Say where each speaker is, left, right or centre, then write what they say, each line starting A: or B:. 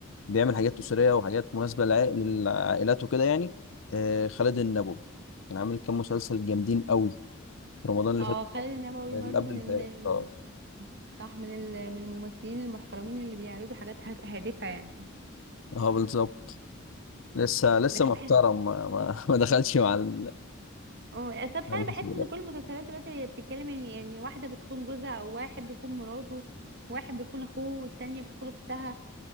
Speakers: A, on the left (about 70°); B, on the right (about 55°).
A: بيعمل حاجات اسريه وحاجات مناسبه للع- للعائلات وكده يعني آه خالد النبوي كان عامل كام مسلسل جامدين قوي في
B: <laughs>
A: رمضان اللي
B: اه
A: فات
B: خالد النبوي
A: اللي
B: برضو
A: قبل
B: من
A: اللي فات
B: ال... ال-
A: اه
B: صح من ال... من الممثلين المحترمين اللي بيعرضوا حاجات هاد- هادفه يعني
A: اه بالظبط لسه لسه
B: لكن
A: محترم
B: بحس
A: ما, ما, <laughs> ما دخلش مع ال...
B: اه، طب
A: مع
B: فعلا
A: الناس
B: بحس
A: دلوقتي.
B: ان كل المسلسلات دلوقتي بتتكلم ان يعني واحده بتخون جوزها او واحد بيخون مراته واحد بيخون اخوه والتانية بتخون اختها